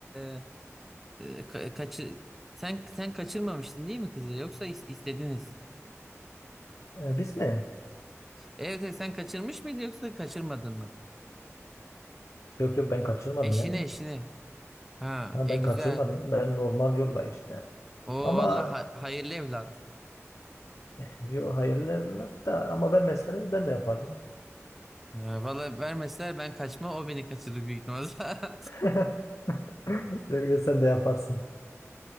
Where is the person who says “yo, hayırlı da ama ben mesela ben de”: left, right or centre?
Left